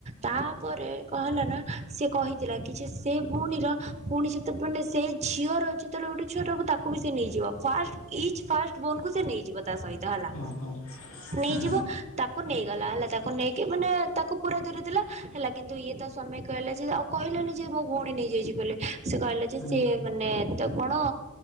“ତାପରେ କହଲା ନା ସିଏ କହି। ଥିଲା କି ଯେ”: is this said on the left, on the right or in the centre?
Right